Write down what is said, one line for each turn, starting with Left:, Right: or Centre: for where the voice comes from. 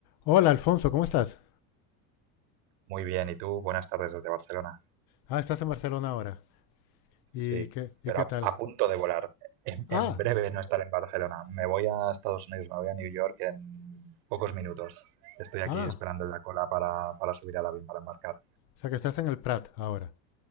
Left: Hola Alfonso, ¿cómo estás?
Right: Muy bien, ¿y tú? Buenas tardes desde Barcelona.
Left: Ah, estás en Barcelona ahora. ¿Y
Right: Sí,
Left: qué, y
Right: pero
Left: qué
Right: a,
Left: tal?
Right: a punto de volar. En,
Left: Ah,
Right: en breve no estaré en Barcelona. Me voy a Estados Unidos, me voy a New York en pocos minutos. Estoy aquí
Left: ah,
Right: esperando en la cola para, para subir al avión, para embarcar.
Left: o sea que estás en el Prat ahora.